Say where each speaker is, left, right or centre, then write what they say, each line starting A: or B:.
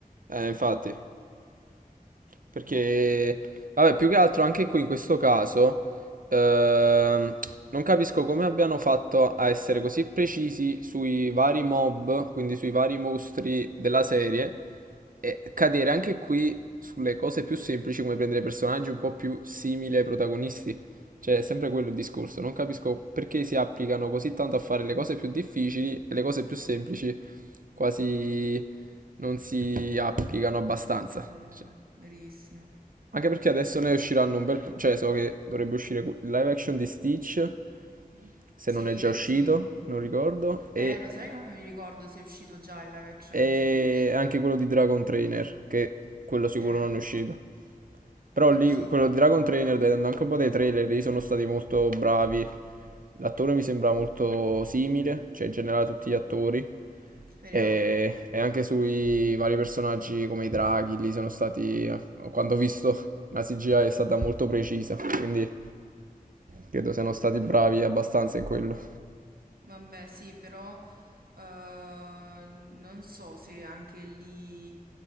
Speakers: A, on the right; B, on the right.
A: Eh, infatti. Perché, vabbè, più che altro anche qui in questo caso, ehm, non capisco come abbiano fatto a essere così precisi sui vari mob, quindi sui vari mostri della serie, e cadere anche qui sulle cose più semplici, come prendere personaggi un po' più simili ai protagonisti. Cioè, è sempre quello il discorso. Non capisco perché si applicano così tanto a fare le cose più difficili e le cose più semplici, quasi non si applicano abbastanza.
B: Vero,
A: Cioè,
B: verissimo.
A: anche perché
B: Ad
A: adesso
B: esempio-
A: ne usciranno un bel po'. Cioè, so che dovrebbe uscire que- il live action di Stitch, se
B: Sì,
A: non è già uscito,
B: sì.
A: non ricordo, e
B: Eh, lo sai che non mi ricordo se è uscito già il live action
A: e
B: di Stitch.
A: anche quello di Dragon Trainer, che quello sicuro
B: Eh,
A: non è uscito. Però
B: quello
A: lì,
B: sì,
A: quello di Dragon Trainer, vedendo anche un po' dei trailer, lì sono stati molto bravi. L'attore mi sembra molto simile, cioè in generale tutti gli attori.
B: speriamo.
A: E, e anche sui vari personaggi come i draghi, lì sono stati, quando ho visto, la CGI è stata molto precisa, quindi credo siano stati bravi abbastanza in quello.
B: Vabbè, sì, però eh, non so se anche lì